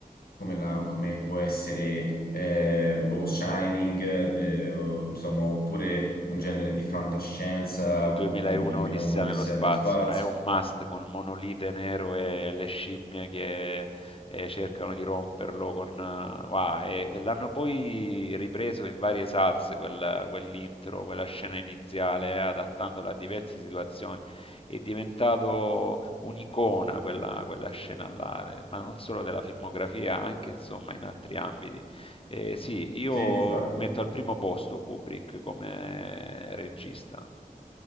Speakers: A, on the left (about 80°); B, on the left (about 35°).
A: come, la- come può essere eh, boh, Shining, eh, o- insomma, oppure un genere di fantascienza,
B: Ehm,
A: appunto
B: 2001
A: come 2001
B: Odissea
A: di
B: nello
A: Sam
B: spazio,
A: Spazio.
B: è un must con il monolite nero e le scimmie che eh, cercano di romperlo con... eh, va, e, e l'hanno poi ripreso in varie salse quel- quell'intro, quella scena iniziale, eh, adattandola a diverse situazioni. È diventato un'icona quella, quella scena là, eh, ma non solo della filmografia, anche insomma in altri ambiti. Eh, sì, io
A: Sì, di
B: metto al primo posto Kubrick come regista.